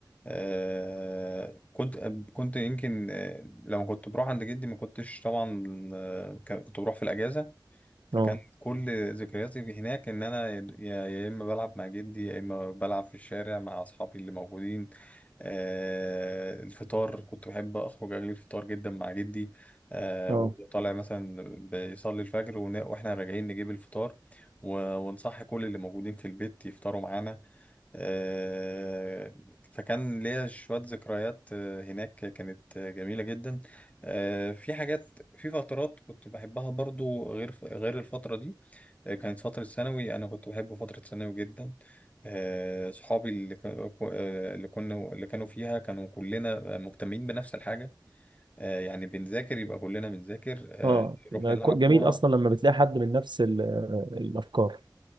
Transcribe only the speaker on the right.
اه
اه
اه يبقى
كو-
جميل اصلا لما بتلاقي حد من نفس ال- الافكار